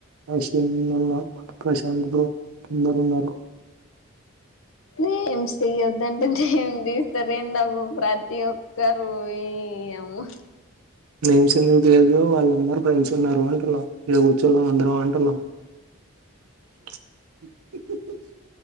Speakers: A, on the right; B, on the left.
A: అశ్వన్ <unintelligible> ప్రశాంత్ బ్రో అందరున్నారు
B: నేమ్స్ తీయద్దు అంటే ఏం తీస్తారేం దబ్బ ప్రతి ఒక్కరు ఇ అమ్మ
A: నేమ్స్ ఎందుకు తియద్దు వాళ్ళందరూ ఫ్రెండ్స్ ఉన్నారు అంటున్నా ఈడ కూర్చుందాం అందరం అంటున్నాం <inaudible>